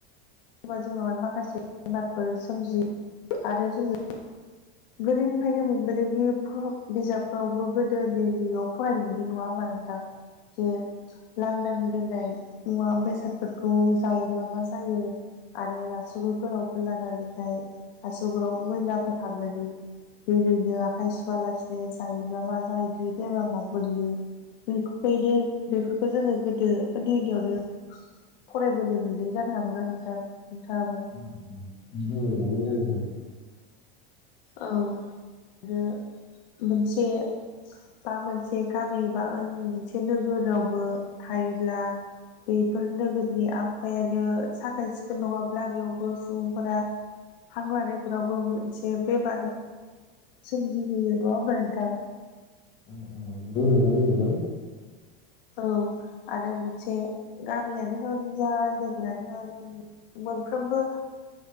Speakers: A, on the left (about 60°); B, on the left (about 15°).
A: बा जोंनावहाय माखासे बेमारफोर सोमजियो आरो जोङो गोदोनिफ्रायनो मोनबोदों दि बिजाबफोरावबो गोदो उन्दै उन्दैयाव फरायनो मोन्दों नङा होनबा नोंथां? जे लांदांनि दोननाय मुवा बेसादफोरखौ जायोब्ला मा जायो। आरो आसुगुर गोलावखौ लानानैहाय हासुगुराव मैलाफोर हाबनानै ओरैनो आखाइ सुवालासिनो जायोब्ला मा जायोदि बेरामाव गोलैयो बेनो बेफोरखौ जोङो गोदो उन्दै उन्दैयावनो फरायबोनो मोनदों जानो हागौ ना नोंथां। नोंथाङाबो
B: <unintelligible>
A: औ आरो मोनसे बा मोनसे गामि बा मोनसे नोगोरावबो थायोब्ला बेफोर नोगोरनि आबहावायानो साखोन सिखोन नङाब्ला बेयावबो सुबुंफोरा हां लानायफोरावबो मोन जे बेमार सोमजिहोयो नङा होमबा नोंथां।
B: औ औ नोंगौ नोंथां नोंगौ।
A: औ आरो मोनसे गामियानो होन जा नोगोरानो होन मोनफ्रोमबो